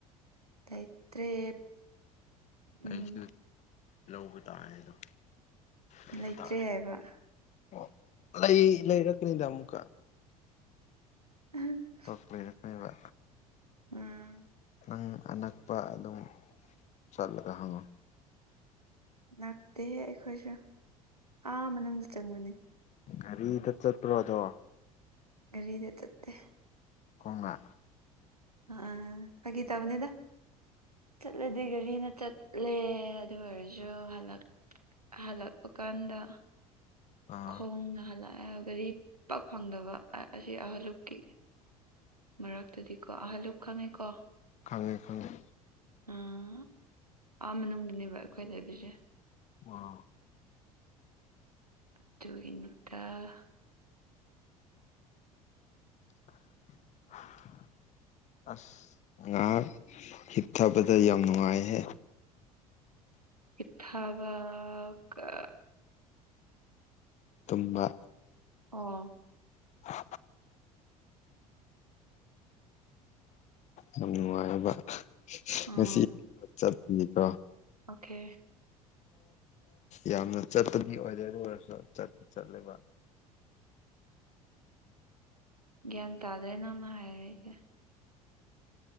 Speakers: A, on the right; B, on the left.
A: ꯂꯩꯇ꯭ꯔꯦ ꯎꯝ
B: ꯑꯩꯁꯨ ꯂꯧꯕ ꯇꯥꯏ ꯑꯗꯣ ꯂꯧꯕ
A: ꯂꯩꯇ꯭ꯔꯦ
B: ꯇꯥꯔꯦ
A: ꯍꯥꯏꯕ
B: ꯑꯣ ꯂꯩ ꯂꯩꯔꯛꯀꯅꯤꯗ ꯑꯃꯨꯛꯀ
A: ꯎꯝ
B: ꯇꯣ ꯂꯩꯔꯛꯅꯦꯕ
A: ꯎꯝ
B: ꯅꯪ ꯑꯅꯛꯄ ꯑꯗꯨꯝ ꯆꯠꯂꯒ ꯍꯪꯉꯣ
A: ꯅꯛꯇꯦ ꯍꯦ ꯑꯩꯈꯣꯏꯁꯨ ꯑꯥ ꯃꯅꯨꯡꯗ ꯆꯪꯕꯅꯤ
B: ꯒꯥꯔꯤꯗ ꯆꯠꯇ꯭ꯔꯣꯗꯣ
A: ꯒꯔꯤꯗ ꯆꯠꯇꯦ
B: ꯈꯣꯡꯅ
A: ꯑ ꯐꯒꯤ ꯇꯧꯕꯅꯦꯗ ꯆꯠꯂꯗꯤ ꯒꯥꯔꯤꯅ ꯆꯠꯂꯦ ꯑꯗꯨ ꯑꯣꯏꯔꯁꯨ ꯍꯜꯂꯛ ꯍꯜꯂꯛꯄ ꯀꯥꯟꯗ
B: ꯑꯥ
A: ꯈꯣꯡ ꯅꯥꯍꯜꯂꯛꯑ ꯒꯥꯔꯤ ꯄꯛ ꯐꯪꯗꯕ ꯑꯁꯤ ꯍꯜꯂꯛꯀꯤ ꯃꯔꯛꯇꯗꯤꯀꯣ ꯑꯍꯜꯂꯨꯞ ꯈꯪꯉꯦꯀꯣ
B: ꯈꯉꯦ ꯈꯉꯦ
A: ꯎꯝ ꯑ ꯥ ꯃꯅꯨꯡꯗꯨꯅꯦꯕ ꯑꯩꯈꯣꯏ ꯂꯩꯕꯤꯁꯦ
B: ꯑꯥ
A: ꯑꯗꯨꯠꯇ ꯍꯅꯠꯇ
B: <unintelligible> ꯑꯁ ꯉꯥꯏꯍꯥꯛ ꯍꯤꯠꯊꯕꯗ ꯌꯥꯝ ꯅꯨꯡꯉꯥꯏꯍꯦ
A: ꯏꯊꯕ ꯀ
B: ꯇꯨꯝꯕ
A: ꯑꯣ
B: <unintelligible> ꯌꯥꯝ ꯅꯨꯡꯉꯥꯏꯕ
A: ꯎꯝ
B: ꯉꯁꯤ ꯆ ꯊꯀ
A: ꯑꯣꯀꯦ
B: ꯌꯥꯝꯅ ꯆꯠꯄꯗꯤ ꯑꯣꯏꯗꯣꯏ ꯑꯣꯏꯔꯁꯨ ꯆꯠꯇ ꯆꯠꯂꯦꯕ
A: ꯒ꯭ꯌꯥꯟ ꯇꯥꯗ꯭ꯔꯦ ꯅꯪꯅ ꯍꯥꯏꯔꯛꯏꯁꯦ